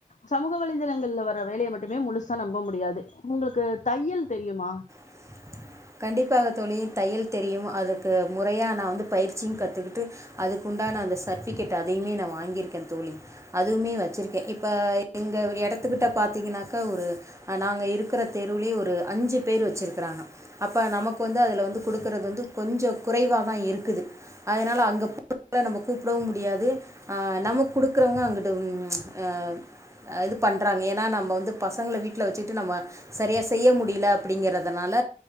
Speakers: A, on the left (about 60°); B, on the right (about 20°).
A: சமூக வலைதளங்கள்ல வர வேலையை மட்டுமே முழுசா நம்ப முடியாது உங்களுக்கு தையல் தெரியுமா
B: <unintelligible> கண்டிப்பாக தோழி தையல் தெரியும் அதுக்கு முறையா நா வந்து பயிற்சியு கத்துக்கிட்டு அதுக்கு அந்த சர்ட்பிகேட் அதைய்மே நா வாங்கியிருக்கே தோழி அதுவுமே வச்சிருக்கே இப்ப எங்க எடத் கத்துக்கிட்ட பாத்தீங்கனாக்கா ஒரு நாங்க இருக்கிற தெருவுலே ஒரு அஞ்சு பேர் வச்சுருக்கறாங்க அப்ப நமக்கு வந்து அதுல வந்து குடுக்குறது வந்து கொஞ்ச குறைவாதா இருக்குது அதனால அங்க அதால நம்ம கூப்டவு முடியாது ஆ நமக் கொடுக்குறவங்க அங்கட்டு ஆ இது பண்றாங்க ஏன்னா நம்ம வந்து பசங்கள வீட்ல வச்சுட்டு நம்ம சரியா செய்ய முடியல அப்படிங்கறதுனால